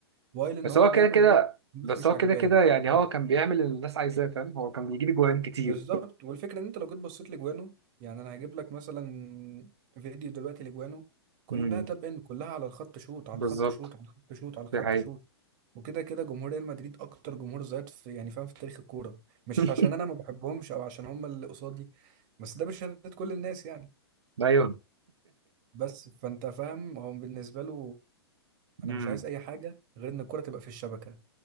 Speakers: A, on the right (about 45°); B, on the right (about 75°).
A: وايل إن
B: بس
A: هو
B: هو
A: بيعمل
B: كده كده
A: دوره الناس
B: بس
A: مش
B: هو
A: عاجباه
B: كده كده يعني
A: آه.
B: هو كان بيعمل اللي الناس عايزاه فاهم هو كان بيجيب جوان كتير
A: بالظبط والفكره ان انت لو جيت بصيت لجوانه يعني انا هجيب لك مثلا فيديو دلوقتي لجوانه كلها
B: امم
A: تاب ان كلها على الخط شوت على
B: بالظبط
A: الخط شوت على الخط شوت على الخط
B: دي حقيقة
A: شوت وكده كده جمهور ريال مدريد اكتر جمهور زيط في يعني فاهم في تاريخ الكوره مش
B: <laughs>
A: عشان انا ما بحبهمش او عشان هم اللي قصادي بس ده بشهاده كل الناس يعني
B: ايوه
A: بس فانت فاهم هو بالنسبه له انا
B: امم
A: مش عايز اي حاجه غير ان الكوره تبقى في الشبكه